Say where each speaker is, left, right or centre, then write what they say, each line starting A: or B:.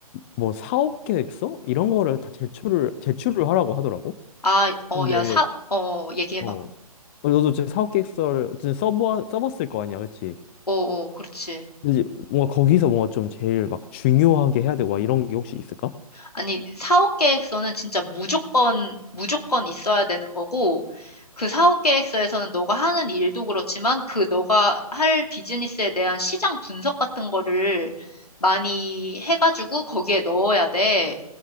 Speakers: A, on the left (about 20°); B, on the left (about 80°).
A: 뭐 사업 계획서 이런 거를 다 제출을 제출을 하라고 하더라고.
B: 아, 어,
A: 근데
B: 야, 사, 어, 얘기해봐.
A: 어 너도 지금 사업 계획서를 어쨌든 써보 써봤을 거 아니야, 그치
B: 어, 어, 그렇지.
A: 근데 이제 뭔가 거기서 뭔가 좀 제일 막 중요하게 해야 되고 막 이런 게 혹시 있을까?
B: 아니, 사업 계획서는 진짜 무조건, 무조건 있어야 되는 거고, 그 사업 계획서에서는 너가 하는 일도 그렇지만, 그 너가 할 비즈니스에 대한 시장 분석 같은 거를 많이 해가지고 거기에 넣어야 돼.